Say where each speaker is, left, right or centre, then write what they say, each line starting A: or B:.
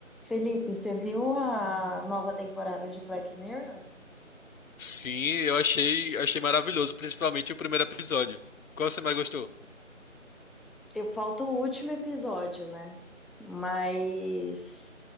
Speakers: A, in the centre; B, on the left (about 85°).
A: Felipe, você viu a nova temporada de Black Mirror?
B: Sim, eu achei, achei maravilhoso, principalmente o primeiro episódio. Qual você mais gostou?
A: Eu falta o último episódio, né? Mas,